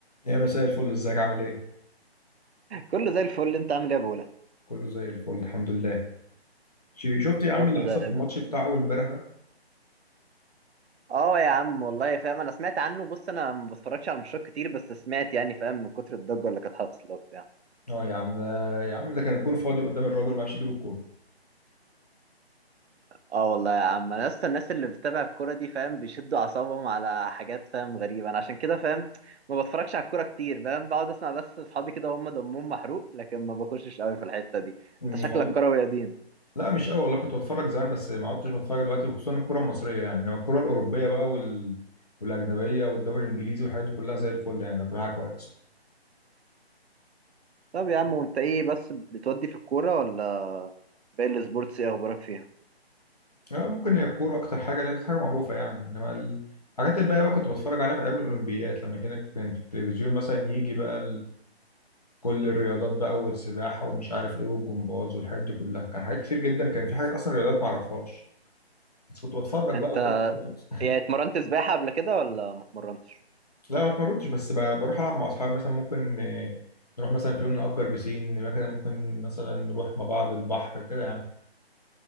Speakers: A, on the left; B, on the right.
A: يا مساء الفل ازيك عامل ايه؟
B: كله زي الفل انت عامل ايه يا بولا
A: كله زي الفل الحمد لله شي- شفت يا عم
B: يا رب
A: اللي
B: دايما
A: حصل في الماتش بتاع اول امبارح ده؟
B: اه يا عم والله فاهم انا سمعت عنه بص انا ما بتفرجش على ماتشات كتير بس سمعت يعني فاهم من كتر الضجه اللي كانت حاصله وبتاع
A: اه يا عم ده يا عم ده كان الجون فاضي قدام الراجل ما عرفش يجيب الكوره
B: اه والله يا عم انا لسه الناس اللي بتتابع الكوره دي فاهم بيشدوا اعصابهم على حاجات فاهم غريبه انا عشان كده فاهم ما بتفرجش على الكوره كتير فاهم بقعد اسمع بس اصحابي كده هم دمهم محروق لكن ما بخشش قوي في الحته دي
A: أمم،
B: انت شكلك
A: انا والله
B: كروي قديم
A: لا مش قوي والله كنت بتفرج زمان بس ما عدتش بتفرج دلوقتي وخصوصا الكره المصريه يعني انما الكره الاوروبيه بقى وال... والاجنبيه والدوري الانجليزي والحاجات دي كلها زي الفل يعني بتابعها كويس
B: طب يا عم وانت ايه بس بتودي في الكوره ولا باقي السبورتس ايه اخبارك فيها
A: اه ممكن هي الكوره اكتر حاجه لان حاجه معروفه يعني انما ال- الحاجات الباقيه بقى كنت بتفرج عليها في ايام الاولمبياد لما كان كان في التلفزيون مثلا يجي بقى كل الرياضات بقى والسباحه ومش عارف ايه والجمباز والحاجات دي كلها كان حاجات كتير جدا كان في حاجات اصلا رياضات ما اعرفهاش بس كنت بتفرج
B: انت
A: بقى وكده خلاص
B: يعني اتمرنت سباحة قبل كده ولا ما اتمرنتش
A: لا ما اتمرنتش بس ب- بروح العب مع اصحابي مثلا ممكن آه، نروح مثلا في يوم نأجر بسين مثلا ممكن مثلا نروح مع بعض البحر كده يعني